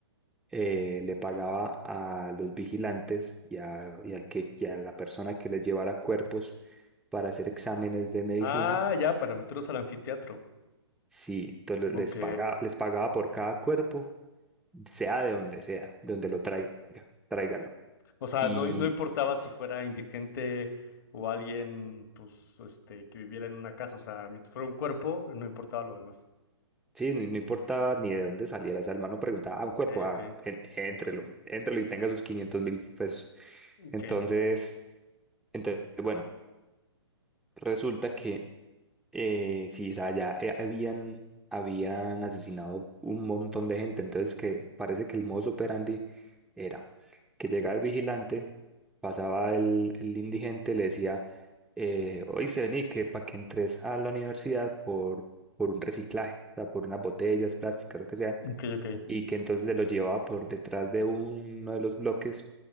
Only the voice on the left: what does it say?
Ah, ya, para meterlos al anfiteatro.
Ok.
O sea,
no, no importaba si fuera indigente o alguien, pues, este, que viviera en una casa. O sea, mientras fuera un cuerpo, no importaba lo demás.
Ok,
ok.
Ok.
Ok.
Ok, ok.